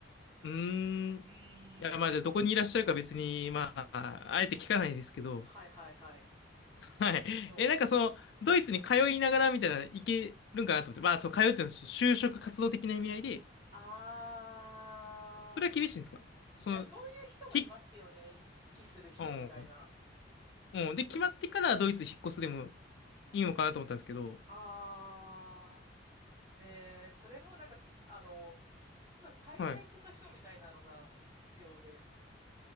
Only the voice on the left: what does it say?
うーん。い
や、まあじゃあどこにいらっしゃるか別に、まあ、あえて聞かないですけど。
はい。
え、なんかその、ドイツに通いながらみたいな、いけるんかなと思って。まあ、そう、通うっていうのは就職活動的な意味合いで、
それは厳しいんですかその、
ひ、
うん。うん。で、決まってからドイツ引っ越すでもいいのかなと思ったんですけど。
はい。